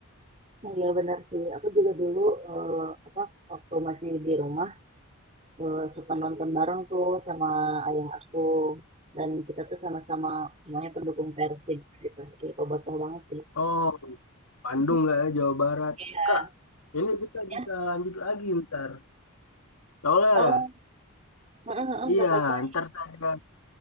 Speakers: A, on the right; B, on the left.
A: Iya benar sih. Aku juga dulu eh, apa waktu masih di rumah eh, suka nonton bareng tuh sama ayah aku dan kita tuh sama-sama semuanya pendukung Persib gitu. Jadi bobotoh banget sih.
B: Oh, Bandung
A: <laughs>
B: nggak ya Jawa Barat?
A: Iya.
B: Kak, ini kita bisa
A: Ya.
B: lanjut lagi ntar. Soalnya,
A: Oh, heeh, heeh,
B: iya
A: nggak apa-apa.
B: ntar saya